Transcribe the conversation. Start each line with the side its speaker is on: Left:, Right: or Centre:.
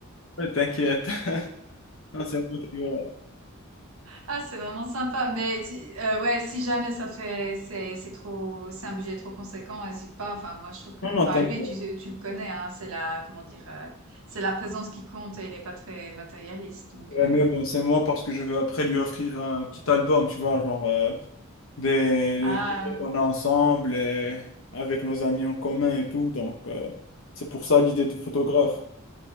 Left: Ouais, t'inquiète. <laughs> Non, c'est moi qui va.
Right: Ah, c'est vraiment sympa. Mais si- euh, ouais, si jamais ça fait, c'est c'est trop, c'est un budget trop conséquent, n'hésite pas. Enfin, moi je trouve que,
Left: Non, non,
Right: enfin
Left: t'inquiète.
Right: lui, tu tu le connais, hein. C'est la, comment dire, euh, c'est la présence qui compte et il est pas très matérialiste. Donc
Left: Ouais,
Right: euh,
Left: mais bon, c'est moi parce que je veux après lui offrir un petit album, tu vois, genre euh, des
Right: ah
Left: les photos qu'on a ensemble et avec nos amis en commun et tout. Donc, euh, c'est pour ça l'idée de photographe.